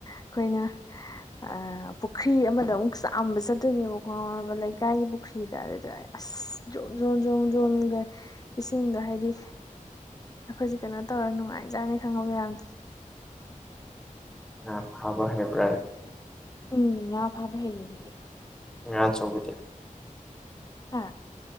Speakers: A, on the left; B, in the centre.
A: ꯑꯈꯣꯏꯅ ꯑ ꯄꯨꯈ꯭ꯔꯤ ꯑꯃꯗ ꯑꯃꯨꯛ ꯆꯥꯝꯕ ꯆꯠꯇꯣꯏꯅꯦꯕꯀꯣ ꯈꯪꯉꯕ ꯂꯩꯀꯥꯏꯒꯤ ꯄꯨꯈ꯭ꯔꯤꯗ ꯑꯗꯨꯗ
B: <inaudible>
A: ꯑꯁ ꯖꯣꯝ ꯖꯣꯝ ꯖꯣꯝ ꯖꯣꯝꯒ ꯏꯁꯤꯡꯗꯣ ꯍꯥꯏꯗꯤ ꯑꯈꯣꯏꯖꯦ ꯀꯩꯅꯣ ꯇꯧꯔ ꯅꯨꯡꯉꯥꯏꯖꯥꯠꯅꯤ ꯈꯪꯉꯕ ꯌꯥꯝ
B: ꯉꯥ ꯐꯥꯕ ꯍꯩꯕ꯭ꯔꯅꯦ
A: ꯎꯝ ꯉꯥ ꯐꯥꯕ ꯍꯩꯌꯦ
B: ꯉꯥ ꯑꯆꯧꯕꯗꯤ
A: ꯍꯥ